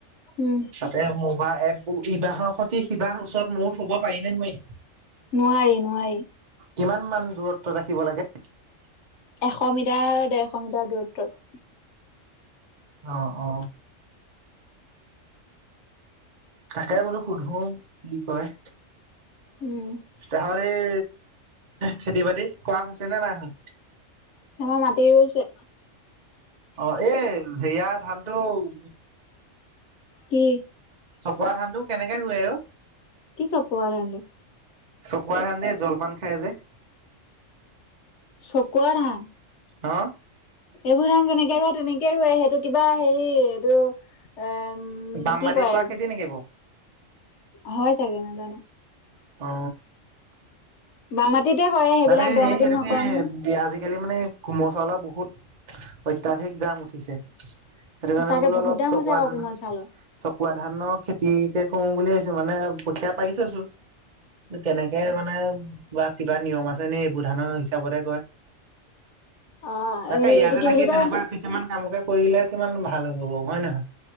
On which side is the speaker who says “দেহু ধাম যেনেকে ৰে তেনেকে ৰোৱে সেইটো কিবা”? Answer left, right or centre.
Left